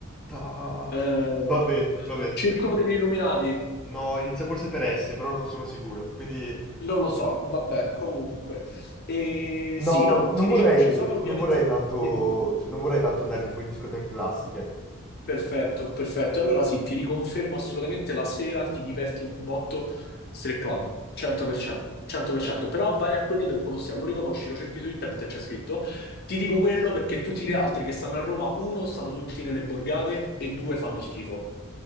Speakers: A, in the centre; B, on the left.
A: ta...
B: eh,
A: Vabbè, vabbè.
B: Circolo degli Illuminati.
A: No, inizia forse per S, però non sono sicuro, quindi...
B: Non lo so, vabbè, comunque. E, sì,
A: No,
B: no,
A: non
B: ti
A: vorrei,
B: dicevo, ci sono ovviamente...
A: non vorrei
B: le-
A: tanto,
B: Dimmi, dimmi.
A: non vorrei tanto andare tipo in discoteche classiche.
B: Perfetto, perfetto. E allora sì, ti riconfermo assolutamente la sera ti diverti un botto strip club, 100%, 100%. Però vai a quello del Colosseo, lo riconosci, lo cerchi su internet e c'è scritto. Ti dico quello perché tutti gli altri che stanno a Roma, uno, stanno tutti nelle borgate e due, fanno schifo.